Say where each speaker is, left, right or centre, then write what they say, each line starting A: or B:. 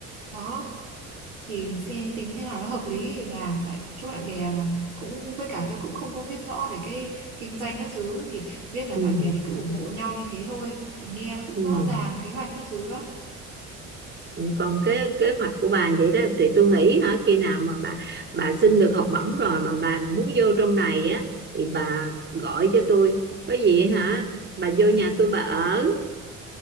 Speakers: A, on the right (about 75°); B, on the right (about 25°).
A: đó thì xem tính thế nào nó hợp lý thì làm tại chỗ bạn bè mà cũng với cả tôi cũng không có biết rõ về cái kinh doanh các thứ thì biết là
B: ừ.
A: bạn bè thì cứ ủng hộ nhau như thế thôi tại nghe nó cũng
B: Ừ.
A: rõ ràng kế hoạch các thứ đó
B: Ừ, còn cái kế hoạch của bà vậy đó thì tôi nghĩ hả khi nào mà bà bà xin được học bổng rồi mà bà muốn vô trong này á thì bà gọi cho tôi có gì hả bà vô nhà tôi bà ở